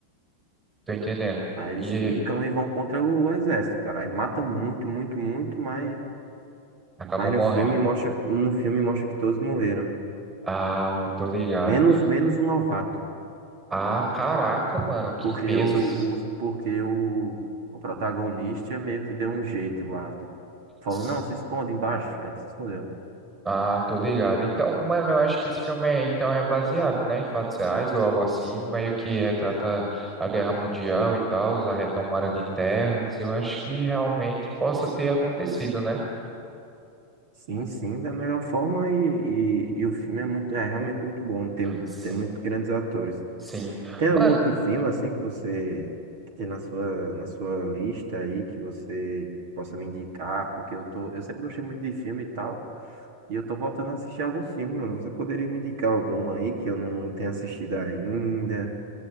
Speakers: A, on the right; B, on the right.
A: tô entendendo.
B: Aí eles
A: E
B: ficam e vão contra o exército, cara. Aí matam muito, muito, muito, mas,
A: acabou
B: mas
A: morrendo.
B: no filme mostra, no filme mostra que todos morreram.
A: Ah, tô ligado.
B: Menos, menos o novato.
A: Ah, caraca, mano, que
B: Porque
A: peso
B: o,
A: assim.
B: o- porque o, o protagonista meio que deu um jeito lá. tipo, Falou,
A: Sim.
B: não, se esconde embaixo. Aí ele se escondeu.
A: Ah, tô ligado. Então, mano, eu acho que esse filme é, então, é baseado, né, em fatos reais ou algo assim, meio que retrata a Guerra Mundial e tal, a retomada de terras. Eu acho que realmente possa ter acontecido, né?
B: Sim, sim, da melhor forma e, e, e o filme é muito, é realmente muito bom. Tem,
A: Sim,
B: tem muito grandes atores.
A: sim.
B: Tem
A: Mano.
B: algum outro filme assim que você que tem na sua, na sua lista aí que você possa me indicar? Porque eu tô, eu sempre gostei muito de filme e tal, e eu tô voltando a assistir alguns filmes, mano. Você poderia me indicar algum aí que eu não tenha assistido ainda?